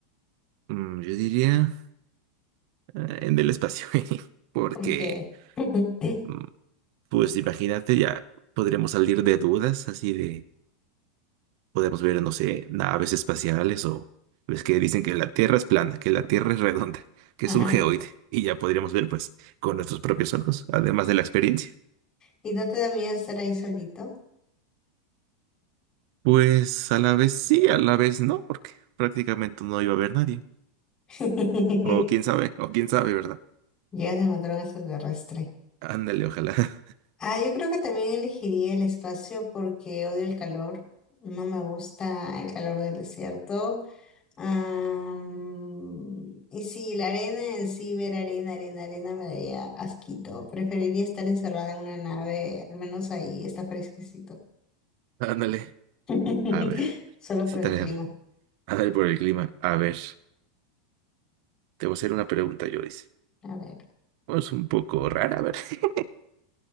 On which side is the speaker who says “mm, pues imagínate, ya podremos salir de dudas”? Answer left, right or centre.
Right